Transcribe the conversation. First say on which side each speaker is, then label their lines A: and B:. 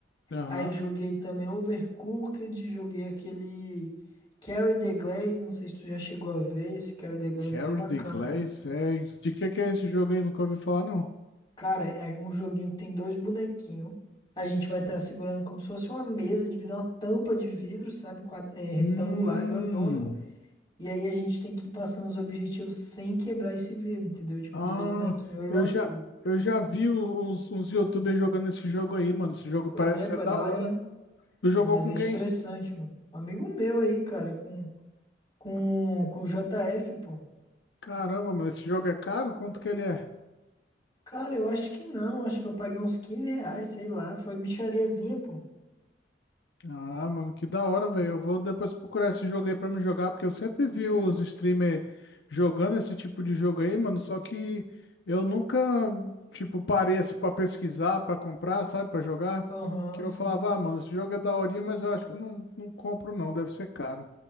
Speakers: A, on the left; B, on the left.
A: Aham.
B: aí joguei também Overcooked, joguei aquele Carry the Glaze, não sei se tu já chegou a ver, esse Carry the Glaze
A: Carry
B: é bem bacana.
A: the Glass, é... De que que é esse jogo aí? Nunca ouvi falar, não.
B: Cara, é um joguinho que tem dois bonequinhos. A gente vai estar segurando como se fosse uma mesa de vidro, uma tampa de vidro, sabe? Quad- é, retangular,
A: Hum,
B: grandona. E aí a gente tem que ir passando os objetivos sem quebrar esse vidro, entendeu? Tipo,
A: ah,
B: dois bonequinhos, eu e
A: eu
B: um amigo.
A: já, eu já vi uns, uns YouTubers jogando esse jogo aí, mano. Esse jogo
B: Pois
A: parece
B: é,
A: ser
B: pô,
A: da
B: é daorinha.
A: hora. Tu jogou
B: É, mas
A: com
B: é
A: quem?
B: estressante, mano. Um amigo meu aí, cara, com, com, com o JF, pô.
A: Caramba, mano, esse jogo é caro? Quanto que ele é?
B: Cara, eu acho que não. Acho que eu paguei uns 15 reais, sei lá. Foi mixariazinha, pô.
A: Ah, mano, que da hora, velho. Eu vou depois procurar esse jogo aí pra me jogar, porque eu sempre vi os streamers jogando esse tipo de jogo aí, mano. Só que eu nunca, tipo, parei assim pra pesquisar, pra comprar, sabe, pra jogar.
B: Aham,
A: Porque eu
B: sim.
A: falava, ah, mano, esse jogo é daorinha, mas eu acho que eu não, não compro, não. Deve ser caro.